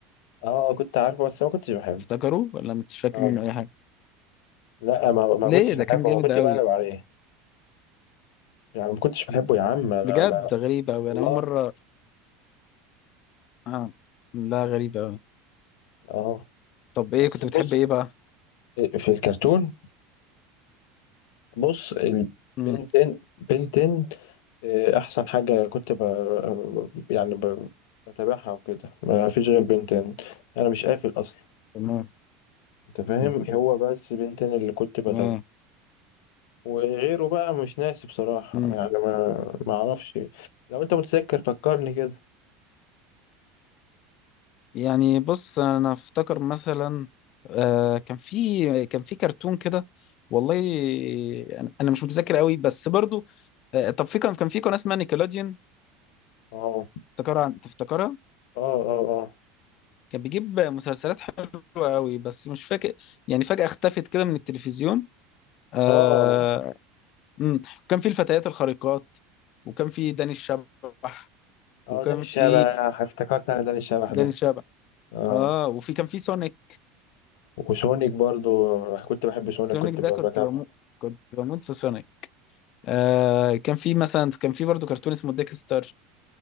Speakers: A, on the left; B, on the left.
A: اه كنت عارفه بس ما كنتش بحبه
B: تفتكره ولا مش فاكر
A: اه
B: منه اي حاجة
A: لا ما ما
B: ليه
A: كنتش بحبه
B: ده كان جامد
A: ما كنت
B: قوي
A: بقلب عليه يعني ما كنتش بحبه يا عم انا
B: بجد
A: بقى.
B: غريب قوي
A: والله
B: انا اول مرة اه لا غريبة أوي
A: اه
B: طب إيه
A: بس
B: كنت
A: بص
B: بتحب إيه بقى؟
A: في الكرتون بص البنتين
B: مم.
A: بنتين آه، احسن حاجه كنت ب... يعني ب... بتابعها وكده ما فيش غير بنتين انا مش قافل اصلا
B: تمام
A: انت فاهم
B: مم.
A: هو بس بنتين اللي كنت بتابعه
B: تمام
A: وغيره بقى مش ناسي بصراحة
B: مم.
A: يعني ما ما اعرفش لو انت متذكر فكرني كده
B: يعني بص أنا أفتكر مثلا آه كان في كان في كرتون كده والله أنا أنا مش متذكر قوي بس برضو آه طب في كان كان في قناة اسمها نيكلوديون
A: اه
B: تفتكرها تفتكرها؟
A: اه اه
B: كان بيجيب مسلسلات حلوة قوي بس مش فاكر يعني فجأة اختفت كده من التلفزيون آه
A: اه اه
B: مم. وكان في الفتيات الخارقات وكان في داني الشبح
A: اه
B: وكان
A: داني الشبح
B: في
A: افتكرت انا داني الشبح
B: داني
A: ده
B: شبح
A: اه
B: اه وفي كان في سونيك
A: وشونك برضو كنت بحب شونك
B: سونيك
A: كنت
B: ده
A: ب-
B: كنت
A: بتابعه
B: بموت كنت بموت في سونيك آه كان في مثلا كان في برضو كرتون اسمه ديكستر